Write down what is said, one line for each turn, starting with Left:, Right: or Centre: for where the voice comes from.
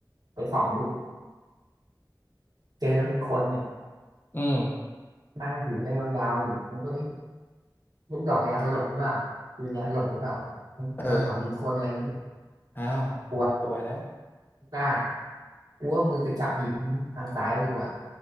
Right: ไปส่องดูเจอเป็นคนเนี่ย
Left: อืม
Right: นั่งถืออะไรยาวๆอยู่กูก็เอ้ยลูกดอกยาสลบหรือเปล่าปืนยาสลบหรือเปล่าเป็นเผากินคนอะไรอย่างนี้
Left: เอออ้าว
Right: กลัว
Left: สวยแล้ว
Right: หน้ากูก็อามือไปจับหินทางซ้ายกูอ่ะ